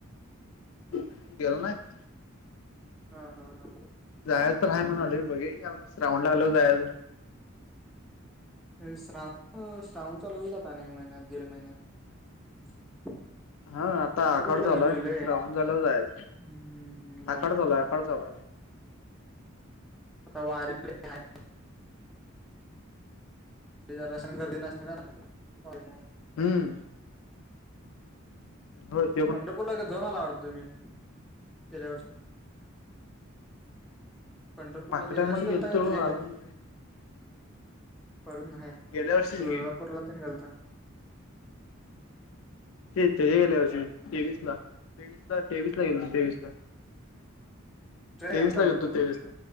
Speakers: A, on the left; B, in the centre.
A: <unintelligible> नाय, <unintelligible>
B: हा हा हा
A: जाय तर हाय म्हणाले, बघे की श्रावण लागल की जायच.
B: श्रावण-श्रावण चालू होईलता अनेक महिन्यात दीड महिन्यात. <inaudible>
A: हा
B: आता
A: आखाड
B: कुठला
A: चालू हाय
B: जुलय
A: श्रावण
B: <inaudible>
A: झाल्यावर जायच
B: हम्म जाय
A: आखाड चालू
B: तर
A: हाय आखाड चालू हाय.
B: आता वारी, <unintelligible> जरशन करदी नसते ना? <unintelligible>
A: हम्म, हो,
B: पंढरपूरला जाऊन आला आवडतो तुम्ही <inaudible> गेल्यावर ष पंढरपूरला
A: मागच्या
B: गेल्यावरसी
A: टायमाला
B: गेलता
A: गेलतो
B: त्याच्याग
A: अजून
B: <inaudible> परत नाही
A: गेल्या वर्षी की
B: <unintelligible> गेलता,
A: ते त गेले वर्षी तेवीस ला तेवीस ला तेवीस ला गेले तेवीस ला
B: ट्रेन
A: तेवीस
B: गेलता
A: ला
B: वाटतं
A: गेल तो तेवीस ला